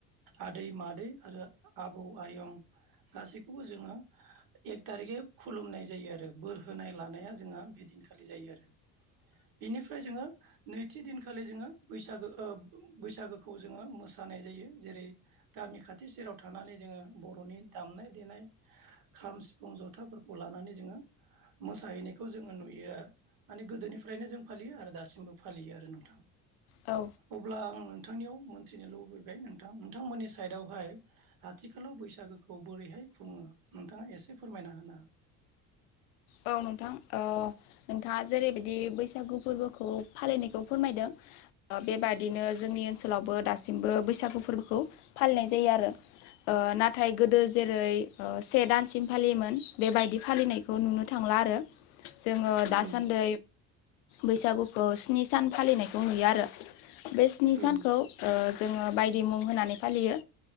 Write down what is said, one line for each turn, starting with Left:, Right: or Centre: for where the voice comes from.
Right: आदै मादै आरो आबौ आयं गासैखौबो जोङो एक थारिखै खुलुमनाय जायो आरो बोर होनाय लानाया जोंहा बेदिनखौ सालि जायो आरो बिनिफ्राय जोङो नैथि दिनखालि जोङो बैसागो बैसागोखौ जोङो मोसानाय जायो जेरै गामि खाथि सेराव थानानै जोङो बर'नि दामनाय देनाय खाम सिफुं जथाफोरखौ लानानै जोङो मोसाहैनायखौ जोङो नुयो आरो माने गोदोनिफ्रायनो जों फालियो आरो दासिमबो फालियो आरो नोंथां
Left: औ
Right: अब्ला नोंथां नोंथांनियाव मोनथिनो लुबैबाय नोंथां नोंथांमोननि साइदआवहाय आथिखालाव बैसागोखौ बोरैहाय खुङो नोंथाङा एसे फोरमायना होनो
Left: औ नोंथां नोंथाङा जेरैबायदि बैसागु फोरबोखौ फालिनायखौ फोरमायदों बेबादिनो जोंनि ओनसोलावबो दासिमबो बैसागु फोरबोखौ फालिनाय जायो आरो नाथाय गोदो जेरै से दानसिम फालियोमोन बेबायदि फालिनायखौ नुनो थां जोङो
Right: औ
Left: दासान्दि बैसागुखौ सिनि सान फालिनायखौ नुयो आरो बे स्नि
Right: औ
Left: सानखौ जोङो बायदि मुं होनानै फालियो